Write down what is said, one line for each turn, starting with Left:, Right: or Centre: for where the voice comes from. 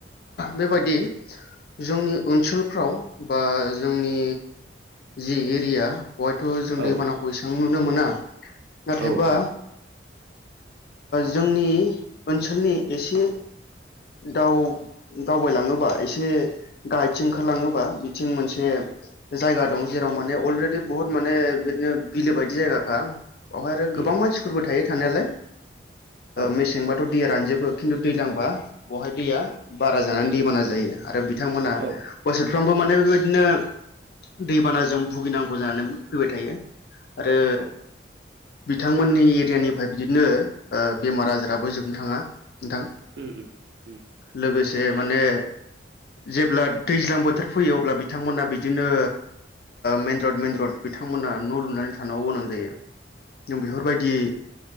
Left: बेबायदि जोंनि ओनसोलफ्राव बा जोंनि जि एरिया बेवहायथ' जों
Right: औ
Left: दैबानाखौ एसेबां नुनो मोना नाथायबा
Right: औ औ
Left: जोंनि ओनसोलनि एसे दाव दावबायलाङोबा एसे गायथिं ओंखारलाङोबा बिथिं मोनसे जायगा दं जेराव माने अलरेडि बुहुत माने बिदिनो बिलो बायदि जायगाखा। बेवहाय आरो गोबां
Right: उम
Left: मानसिफोरबो थायो थानायालाय।
Right: औ
Left: मेसेंबाथ' दैया रानजोबो। खिथु दै लांबा बेहाय दैया बारा जानानै दैबाना जायो आरो बिथांमोना
Right: औ
Left: बोसोरफ्रोमबो माने। बेबायदिनो दैबानाजों भुगिनांगौ जानानै फैबाय थायो। आरो
Right: औ
Left: बिथांमोननि एरियानिफ्राय बिदिनो बेमार आजाराबो जोबनो थाङा नोंथां
Right: उम उम उम
Left: लोगोसे जे माने जेब्ला दैज्लां बोथोर फैयो अब्ला बिथांमोना बिदिनो। मेन रड मेन रड बिथांमोना न' लुनानै थानांगौ गोनां जायो। बेफोरबायदि